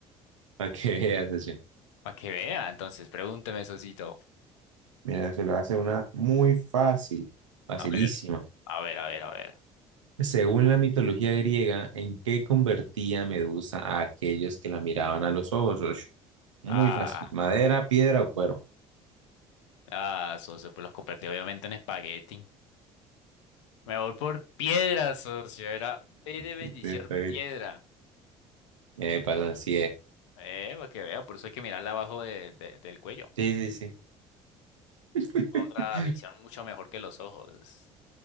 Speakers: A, on the right; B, on the left.
A: <laughs> ¿A que vea, socio?
B: Para que vea, entonces, pregúnteme, Sosito.
A: Mira, se lo hace una muy fácil. Facilísima.
B: A ver, a ver, a ver, a ver.
A: Según la mitología griega, ¿en qué convertía Medusa a aquellos que la miraban a los ojos, socio? Muy
B: Ah,
A: fácil. ¿Madera, piedra o cuero?
B: ah, socio, pues los convertí obviamente en espagueti. Me voy por piedra, socio. Era P de bendición
A: Y tiene espagueti.
B: piedra.
A: Eh, pasa así es.
B: Eh, para que vea, por eso hay que mirarla abajo de- de- del cuello.
A: Sí, sí, sí. <laughs>
B: Otra visión mucho mejor que los ojos.